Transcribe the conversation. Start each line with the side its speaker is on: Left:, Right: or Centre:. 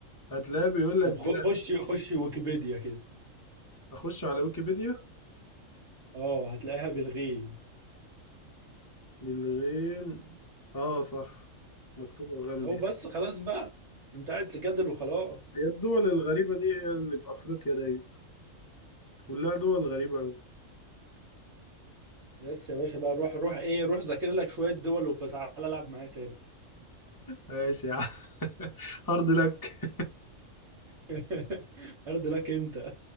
Left: هتلاقي بيقول لك
Right: طب
Left: جا
Right: خ- خش خش ويكيبيديا كده
Left: اخش على ويكيبيديا
Right: اه هتلاقيها بالغين
Left: للغين اه صح مكتوبة غامبيا
Right: اهو بس خلاص بقى انت قاعد تجادل وخلاص
Left: هي الدول الغريبة دي هي اللي في افريقيا دايما كلها دول غريبة اوي
Right: بس يا باشا بقى روح روح ايه روح ذاكر لك شويه دول وبتعالى العب معايا تاني
Left: ماشي يا عم <laughs> هارد لك
Right: <laughs> ارض لك انت